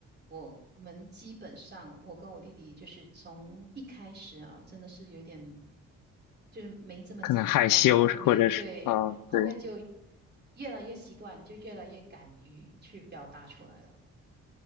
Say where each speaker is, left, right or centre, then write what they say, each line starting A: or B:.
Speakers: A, on the right; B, on the left.
A: 我们基本上，我跟我弟弟就是从一开始啊，真的是有点就是没这么积极到后面，
B: 可能害羞或者是嗯，
A: 对，后面就
B: 对。
A: 越来越习惯，就越来越敢于去表达出来了。